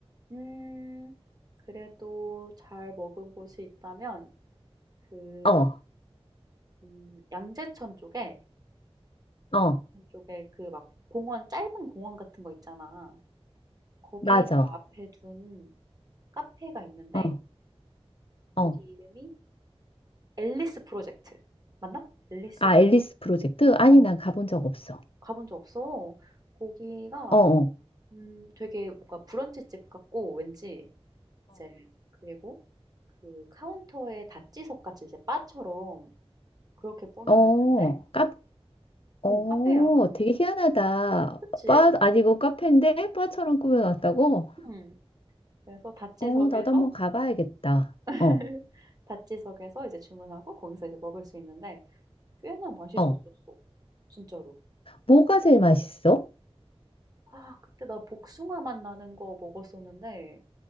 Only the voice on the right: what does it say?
음. 그래도 잘 먹은 곳이 있다면 그
음 양재천 쪽에
양재천 쪽에 그 막 공원 짧은 공원 같은 거 있잖아. 거기를
앞에 둔 카페가 있는데
거기
이름이 앨리스 프로젝트. 맞나? 앨리스
어,
가본 적 없어. 거기가
음, 되게 뭔가 브런치집 같고 왠지 이제 그리고 그 카운터에 다찌석 같이 이제 바처럼 그렇게 꾸며놨는데
응, 카페야. 근데
그치?
응. 그래서 다찌석에서
<laughs>
다찌석에서 이제 주문하고 거기서 이제 먹을 수 있는데 꽤나 맛있었었어.
진짜로.
아 그때 나 복숭아 맛 나는 거 먹었었는데